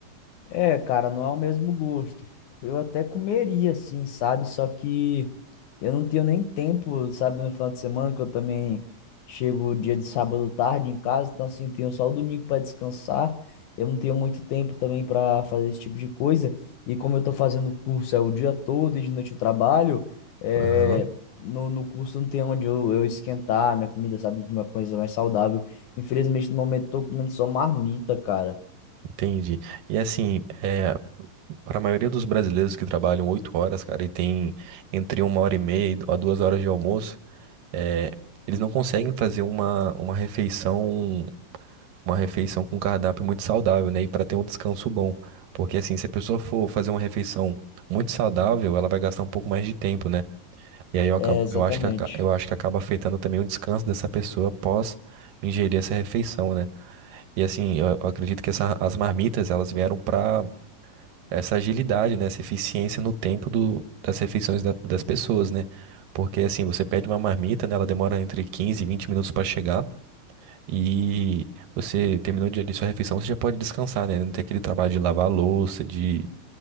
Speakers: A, on the left; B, on the right.
A: É, cara, não é o mesmo gosto. Eu até comeria, assim, sabe? Só que eu não tenho nem tempo, sabe, no final de semana, que eu também chego dia de sábado tarde em casa, então, assim, tenho só o domingo para descansar. Eu não tenho muito tempo também para fazer esse tipo de coisa. E como eu tô fazendo curso é o dia todo e de noite eu trabalho, é,
B: Aham.
A: no, no curso não tem onde eu, eu esquentar minha comida, sabe? Uma coisa mais saudável. Infelizmente, no momento, eu tô comendo só marmita, cara.
B: Entendi. E assim, é Para a maioria dos brasileiros que trabalham oito horas, cara, e tem entre uma hora e meia e du- a duas horas de almoço, é, eles não conseguem fazer uma, uma refeição, uma refeição com cardápio muito saudável, né? E para ter um descanso bom. Porque assim, se a pessoa for fazer uma refeição muito saudável, ela vai gastar um pouco mais de tempo, né? E aí eu, acabo,
A: É, exatamente.
B: eu acho que, aca- eu acho que acaba afetando também o descanso dessa pessoa após ingerir essa refeição, né? E assim, eu, eu acredito que essa, as marmitas, elas vieram para essa agilidade, né? Essa eficiência no tempo do, das refeições da- das pessoas, né? Porque assim, você pede uma marmita, né? Ela demora entre 15 e 20 minutos para chegar e você terminou de ali sua refeição, você já pode descansar, né? Não tem aquele trabalho de lavar a louça, de,